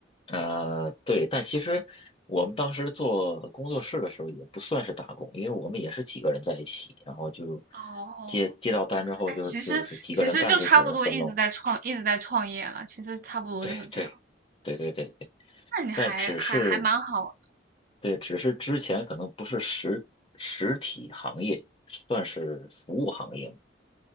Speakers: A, on the left; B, on the right.
A: 呃，对，但其实我们当时做工作室的时候也不算是打工，因为我们也是几个人在一起，然后就
B: 哦，
A: 接接到单之后就就是几个人干就几个人分喽，
B: 哎，其实其实就差不多一直在创一直在创业了，其实差不多就是这样。
A: <laughs> 对对对对对
B: 那你还还还蛮好的
A: 但只是对，只是之前可能不是实实体行业，算是服务行业嘛。